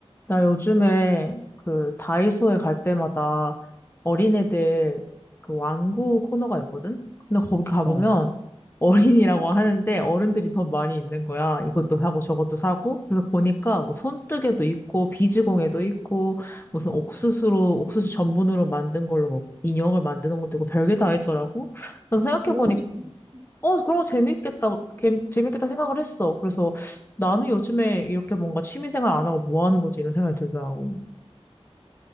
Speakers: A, on the left; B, on the right.
A: 나 요즘에 그 다이소에 갈 때마다 어린애들 그 완구 코너가 있거든? 근데 거기 가보면
B: 어.
A: 어린이라고 하는데 어른들이 더 많이 있는 거야. 이것도 사고 저것도 사고. 그래서 보니까 뭐 손뜨개도 있고 비즈공예도 있고 무슨 옥수수로 옥수수 전분으로 만든 걸로 뭐 인형을 만드는 것도 있고 별게 다 있더라고. 그래서 생각해보니까
B: 어, 그런 거 재밌지.
A: 어, 그런 거 재밌겠다, 게- 재밌겠다 생각을 했어. 그래서 나는 요즘에 이렇게 뭔가 취미생활 안 하고 뭐 하는 거지? 이런 생각이 들더라고.